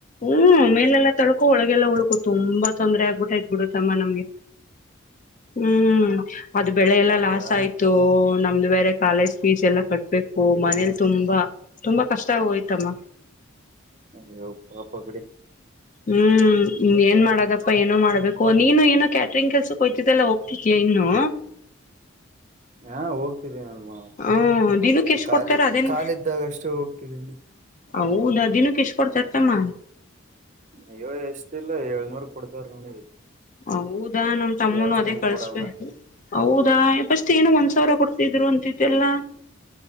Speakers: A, on the left (about 35°); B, on the right (about 35°).
A: ಹ ಮ ಲ್ಲಲ್ಲಾ ತಳ್ಕೊ ಒಳಗೆಲ್ಲಾ ಉಳ್ಕು ತುಂಬಾ ತೊಂದರೆ ಆಗ್ಬಿಟ್ಟಾಯ್ ಬಿಡುತ್ತಮ್ಮ ನಮ್ಗೆ ಹ್ಮ್ ಅದು ಬೆಳೆ ಎಲ್ಲಾ
B: ಹೌದಾ
A: ಲಾಸ್ ಆಯ್ತು ನಮ್ ರ <inaudible> ಕಾಲೇಜ್ ಫೀಸ್ ಎಲ್ಲ ಕಟ್ಟ ಬೇಕು
B: ಅಯ್ಯೋ
A: ಮನೇಲಿ ತುಂಬಾ ತುಂಬಾ ಕಷ್ಟ ಹಾಗೋಯ್ತಮ್ಮ
B: ಅಯ್ಯೋಪ್ಪಪ್ಪ ಬಿಡಿ
A: ಹ್ಮ್ ಏನ್ ಮಾಡದಪ್ಪಾ ಏನ ಮಾಡ್ಬೇಕು ನೀನು ಏನು ಕ್ಯಾಟ್ರಿಂಗ್ ಕೆಲ್ಸಕ್ ಹೋಯ್ತಿದ್ದಲ್ಲ ಹೋಗ್ತಿದ್ಯಾ ಇನ್ನು
B: ಹಾ ಹೋಗ್ತಿದ್ದೇ ನಾನು
A: ಹ್ಮ ದಿನಕ್ಕೆ ಎಷ್ಟ್
B: ಕಾಲಿ
A: ಕೊಡ್ತಾರ ಅದೇನ್
B: ಕಾಲ್ದಾಗ ಅಷ್ಟೇ ಹೋಗ್ತಿದ್ದನಿ
A: ಹೌದಾ ದಿನಕ್ಕೆ ಎಷ್ಟ ಕೊಡ್ತರತಮ್ಮ
B: ಅಯ್ಯೋ ಎಷ್ಟ ಇಲ್ಲ ಏಳ್ನೂರ್ ಕೊಡ್ತಾರ ನೋಡಿ
A: ಹೌದಾ ನಮ ತಮ್ಮನು
B: ಜಾಸ್ತಿ
A: ಅದೇ
B: ಹೆಂಗ್
A: ಕಳ್ಸ್ಬೇಕು
B: ಕೊಡಲ್ಲ
A: ಹೌದ ಪಸ್ಟ್ ಏನೂ ಏನು ಒಂದ್ ಸಾವಿರ ಕೊಡ್ತಿದ್ರು ಅಂತಿದ್ದ ಎಲ್ಲ